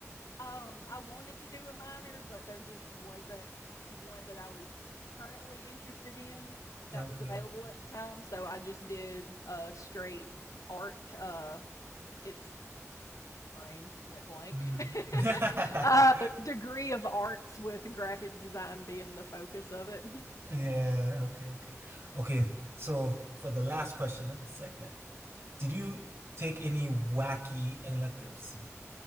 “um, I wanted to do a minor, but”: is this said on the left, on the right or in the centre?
Left